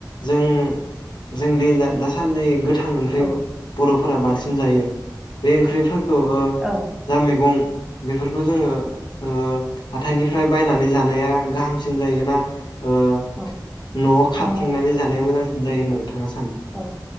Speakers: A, on the left (about 80°); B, in the centre.
A: जों जों दा-दासान्दि <unintelligible> ओंख्रि
B: औ
A: बर' <unintelligible> बांसिन जायो बे ओंख्रि औ ओ
B: औ
A: जा मैगं बेफोरखौ जोङो ओ हाथायनिफ्राय बायनानै जानाया गाहामसिन जायोना ओ
B: औ
A: न'आव खाबथिंनानै
B: न'
A: जानाया मोजां जायो नोंथां थाङा सानो
B: औ